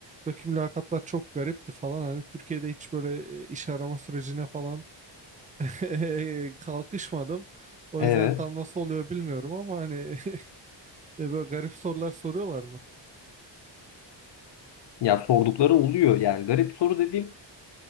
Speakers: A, on the right; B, on the left.
A: Buradaki mülakatlar çok garipti falan. Hani Türkiye'de hiç böyle e, iş arama sürecine falan <laughs> kalkışmadım. O
B: Evet.
A: yüzden tam nasıl oluyor bilmiyorum ama hani <laughs> e, böyle garip sorular soruyorlar mı?
B: Ya sordukları oluyor yani garip soru dediğim